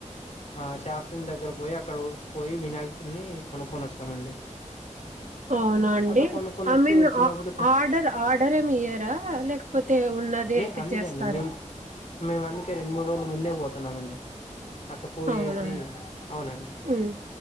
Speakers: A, on the left (about 60°); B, on the right (about 80°).
A: ఆ షాపింగ్ దగ్గర పోయి అక్కడ పోయి వినాయకుని కొనుక్కొని వస్తామండి
B: ఆ అవునా అండి
A: అట్ట కొనుక్కొని
B: ఐ
A: వచ్చి
B: మీన్
A: వచ్చినప్పుడు
B: ఆర్డర్ ఆర్డర్ ఏమి ఇయ్యరా లేకపోతే ఉన్నదే
A: లే
B: తెచ్చేస్తారా
A: అందుకే అండి మేము మేము అందుకే రెండు మూడు రోజుల ముందే పోతున్నామండి అట్లా పోయేసి
B: అవునా అండి.
A: అవునండి
B: హ్మ్